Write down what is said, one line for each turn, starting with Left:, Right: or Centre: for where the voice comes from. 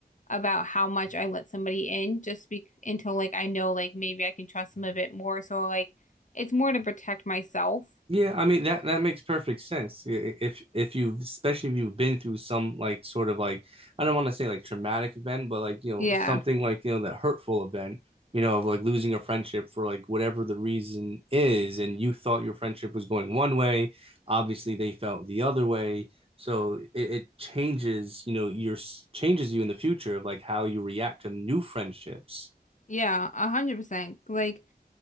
Left: about how much I let somebody in just be until like I know like maybe I can trust them a bit more. So like it's more to protect myself.
Right: Yeah, I mean that that makes perfect sense. I- If if you especially if you've been through some like sort of like I don't want to say like traumatic event, but like you know
Left: Yeah.
Right: something like you know that hurtful event, you know, of like losing a friendship for like whatever the reason is, and you thought your friendship was going one way, obviously they felt the other way. So it, it changes, you know, your s- changes you in the future of like how you react to new friendships.
Left: Yeah, a hundred percent. Like